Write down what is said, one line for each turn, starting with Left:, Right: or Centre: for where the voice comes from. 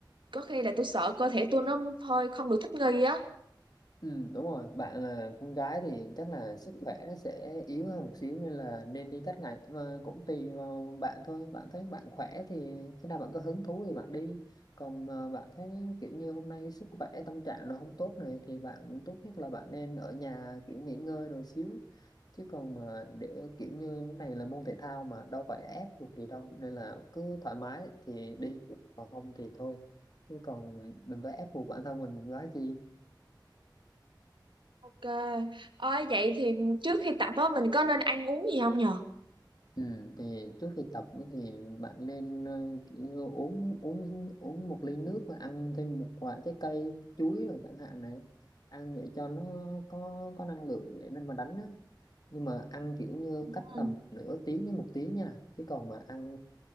Right: có khi là tôi sợ cơ thể tôi nó hơi không được thích nghi á.
Left: Ừ, đúng rồi bạn là con gái thì chắc là sức khỏe nó sẽ yếu hơn một xíu nên là nên đi các ngành mà cũng tùy vào bạn thôi bạn thấy bạn khỏe thì khi nào bạn có hứng thú thì bạn đi còn mà bạn thấy kiểu như hôm nay sức khỏe tâm trạng nó không tốt này thì bạn tốt nhất là bạn nên ở nhà kiểu nghỉ ngơi rồi xíu chứ còn mà để kiểu như này là môn thể thao mà đâu phải ép buộc gì đâu nên là cứ thoải mái thì đi còn không thì thôi chứ còn đừng có ép buộc bản thân mình quá chi
Right: Ok. Ôi vậy thì trước khi tập á mình có nên ăn uống gì không nhờ?
Left: Ừ, thì trước khi tập ấy thì bạn nên ờ, kiểu như uống uống uống một ly nước và ăn thêm một quả trái cây chuối rồi chẳng hạn này ăn để cho nó có có năng lượng để nên mà đánh á nhưng mà ăn kiểu như cách
Right: Ừ.
Left: tầm nửa tiếng đến một tiếng nha chứ còn mà ăn